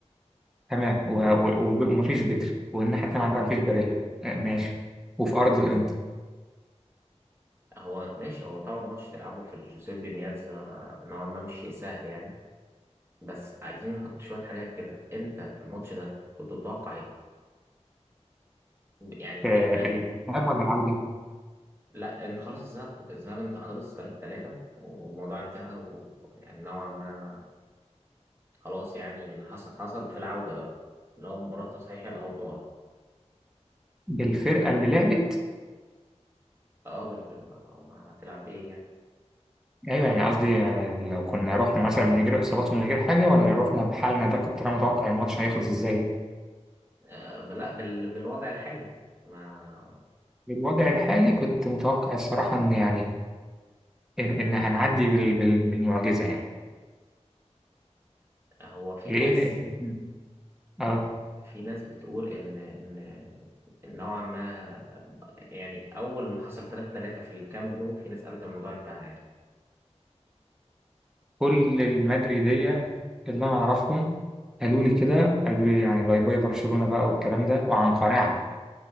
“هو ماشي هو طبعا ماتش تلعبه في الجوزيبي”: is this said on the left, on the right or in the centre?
Right